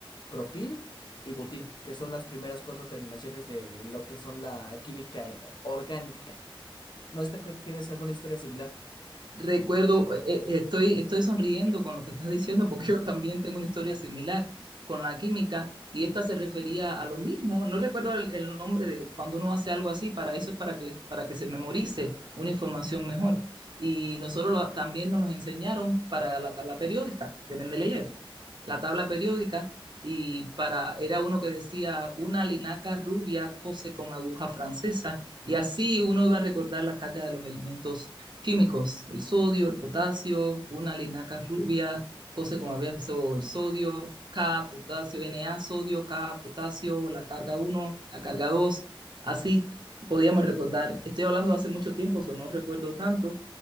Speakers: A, on the left; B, on the right.
A: propil. Y butil, que son las primeras cuatro terminaciones de lo que son la química eh, orgánica. No sé si te- tienes alguna historia similar.
B: Recuerdo, eh, eh, estoy, estoy sonriendo con lo que estás diciendo porque yo también tengo una historia similar con la química y esta se refería a lo mismo. No recuerdo el, el nombre de cuando uno hace algo así, para eso es para que, le- para que se memorice una información mejor. Y nosotros lo- también nos los enseñaron para la tabla periódica de Mendeleev, la tabla periódica, y para, era uno que decía una linaca rubia cose con aguja francesa, y así uno iba a recordar las cargas de los elementos químicos, el sodio, el potasio, una linaca rubia, cosas como abierto el sodio, K, potasio, Na, sodio, K, potasio, la carga uno, la carga 2, así podíamos recordar. Estoy hablando hace mucho tiempo, eso no recuerdo tanto,